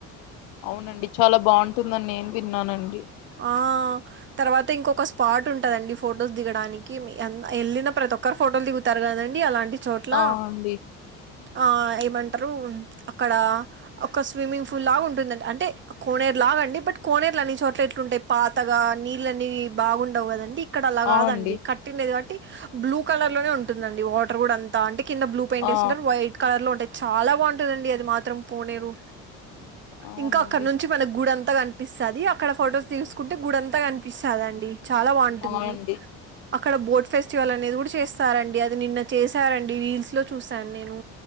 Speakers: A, on the left; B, on the right.
A: అవునండి చాలా బాగుంటుందని నేను విన్నానండి
B: ఆ తర్వాత ఇంకొక స్పాట్ ఉంటదండి ఫొటోస్ దిగడానికి వెళ్ళిన ప్రతి ఒక్కరు ఫో టోలు దిగుతారు కదండి అలాంటి చోట్ల
A: అ అండి
B: ఆ ఏమంటారు అక్కడ ఒక స్విమ్మింగ్ పూల్ లాగా ఉంటుందండి అంటే కోనేరు లా అండి బట్ కోనేర్లా అన్నిచోట్ల ఎ ఉంటాయి పాతగా నీళ్లు అనేవి బాగుండవు కదండి ఇక్కడ అలా
A: ఆ
B: కాదండి
A: అండి
B: కట్టిండేది కాబట్టి బ్లూ కలర్లోనే ఉంటుందండి వాటర్ కూడా అంత అంటే కింద బ్లూ పెయింట్
A: ఆ
B: ఏసింటారు వైట్ కలర్లో ఉంటాయి చాలా బాగుంటందండి అది మాత్రం కోనేరు
A: అవునండి
B: ఇంకా అక్కడ నుంచి మనకు గుడం త కనిపిస్తది అక్కడ ఫొటోస్ తీసుకుంటే గుడంతా కనిపిస్తాదండి చాలా బాగుంటుంది
A: ఆ అండి
B: అక్కడ బోట్ ఫెస్టివల్ అని అనేది కూడా చేస్తారంండి అది నిన్న చేశారంండి రీల్స్‌లో చూసాను నేను